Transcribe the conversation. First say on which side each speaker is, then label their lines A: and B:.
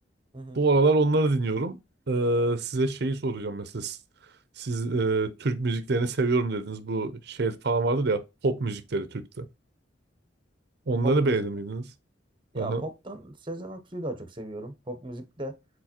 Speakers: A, on the right (about 25°); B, on the right (about 60°).
A: Hı hı.
B: Bu aralar onları dinliyorum. Eee, size şeyi soracağım mesela. Siz, siz, eee, Türk müziklerini seviyorum dediniz. Bu şey falan vardır ya pop müzikleri Türk'te. Onları
A: Pop müzik
B: beğenir miydiniz?
A: mi? Ya
B: Aha.
A: poptan Sezen Aksu'yu daha çok seviyorum. Pop müzikte